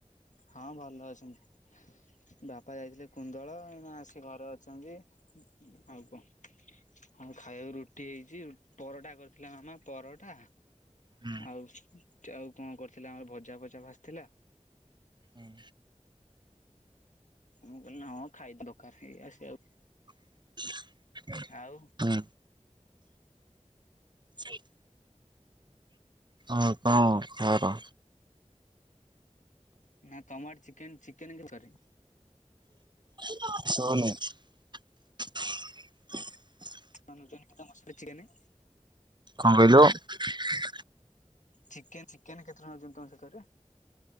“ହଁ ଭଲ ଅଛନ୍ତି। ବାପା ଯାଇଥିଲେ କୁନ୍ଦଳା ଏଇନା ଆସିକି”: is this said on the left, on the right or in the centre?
Left